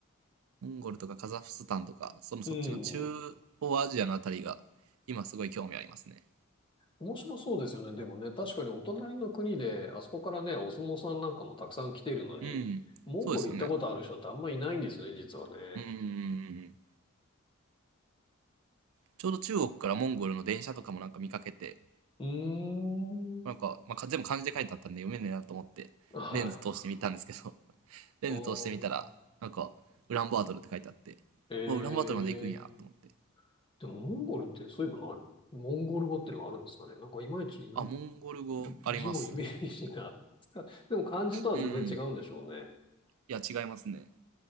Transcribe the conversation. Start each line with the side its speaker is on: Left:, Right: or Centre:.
Right: モンゴルとかカザフスタンとか、そのそっちの中央アジアのあたりが、
Left: うん。
Right: 今すごい興味ありますね。
Left: 面白そうですよね。でもね、確かにお隣の国で、あそこからね、お相撲さんなんかもたくさん来ているのに、
Right: うん。
Left: モンゴル行ったことある人ってあんまいないんですね、
Right: そうですよね。
Left: 実はね。
Right: うーん。ちょうど中国からモンゴルの電車とかもなんか見かけて、
Left: うーん。
Right: なんか、まあ、か全部漢字で書いてあったんで読めねえなと思って、
Left: はい。
Right: レンズ通してみたんですけど、<laughs> レンズ通してみたら、
Left: あー
Right: なんか、ウランバートルって書いてあって、
Left: えー。
Right: うわ、ウランバートルまで行くんや、と思って。
Left: でも、モンゴルって、そういえばな、モンゴル語っていうのがあるんですかね。なんか、いまいち
Right: あ、モンゴル語あります。
Left: 字もイメージがつか、でも漢字とは全然違うんでしょうね。
Right: うん。いや、違いますね。